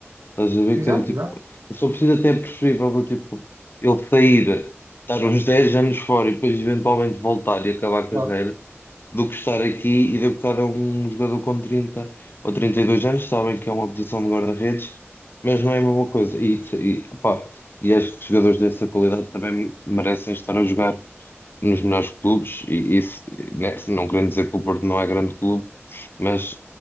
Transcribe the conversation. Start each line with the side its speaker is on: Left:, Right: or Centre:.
Left: Estás a ver
Right: Exato,
Left: que era tipo.
Right: exato.
Left: Eu só preciso até preferível do tipo ele sair, estar uns 10 anos fora e depois eventualmente voltar e acabar a
Right: Claro.
Left: carreira, do que estar aqui e de bocado é um jogador com 30 ou 32 anos, sabem que é uma posição de guarda-redes, mas não é a mesma coisa. E, e, pá, e acho que jogadores dessa qualidade também merecem estar a jogar nos melhores clubes, e isso, né, não querendo dizer que o Porto não é grande clube, mas